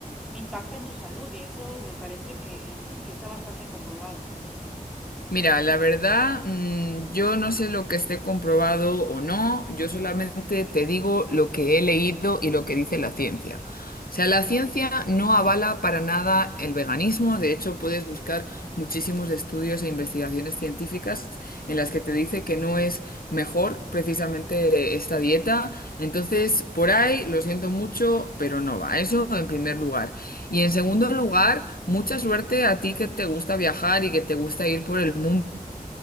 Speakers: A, in the centre; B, on the left.
A: impacta en tu salud y eso me parece que, que, está bastante comprobado.
B: Mira, la verdad, mm, yo no sé lo que esté comprobado o no, yo solamente te digo lo que he leído y lo que dice la ciencia. O sea, la ciencia no avala para nada el veganismo, de hecho puedes buscar muchísimos estudios e investigaciones científicas en las que te dice que no es mejor precisamente esta dieta. Entonces, por ahí, lo siento mucho, pero no va. Eso en primer lugar. Y en segundo lugar, mucha suerte a ti que te gusta viajar y que te gusta ir por el mundo